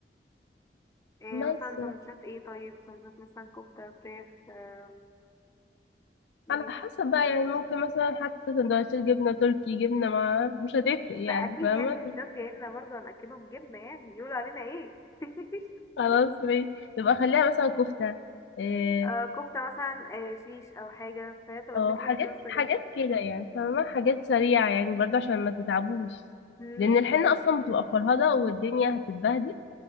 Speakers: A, on the left; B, on the left.
A: إيه
B: بس
A: مثلا سندوتشات ايه طيب سندوتشات مثلا كفته فراخ آه، ايه
B: على حسب بقى يعني ممكن مثلا حتى سندوتشات جبنة تركي جبنة مع مش هتفرق يعني
A: لا اكيد
B: فاهمة
A: يعني مش ناس جايه لنا برضه هناكلهم جبنه يعني يقولوا علينا ايه <laughs>
B: خلاص ماشي يبقى خليها مثلا كفتة إيه،
A: آه كفته مثلا آه شيش او حاجه فهي تبقى
B: اه
A: فكره
B: حاجات
A: مناسبه
B: حاجات
A: جدا
B: كده يعني فاهمة حاجات سريعة يعني برضه عشان ما تتعبوش
A: امم
B: لأن الحنة أصلا بتبقى فرهدة والدنيا هتتبهدل